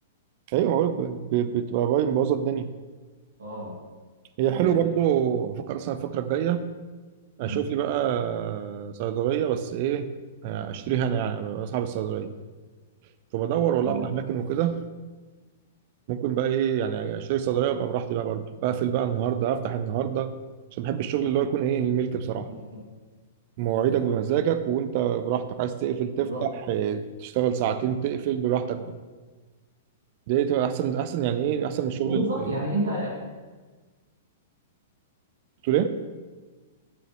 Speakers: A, on the right (about 45°); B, on the right (about 65°).
A: ايوه بقولك ب- ب- بتبقى باين مبوظه الدنيا
B: اه
A: هي
B: ده
A: حلو
B: يعني
A: برضو بفكر اصلا الفتره الجايه
B: مم.
A: اشوف لي بقى صيدليه بس ايه اشتريها انا يعني أبقى اصحاب الصيدليه فبدور والله
B: اه
A: على اماكن وكده ممكن بقى ايه يعني اشتري صيدليه وابقى براحتي بقى برضو بقفل بقى النهارده افتح النهارده عشان بحب الشغل اللي هو يكون ايه الملك بصراحه
B: مم.
A: مواعيدك بمزاجك وانت براحتك عايز تقفل تفتح
B: بالظبط
A: إيه، تشتغل ساعتين تقفل براحتك بقى دي تبقى احسن احسن يعني ايه احسن من الشغل
B: وبالظبط
A: اللي
B: يعني انت
A: بتقول ايه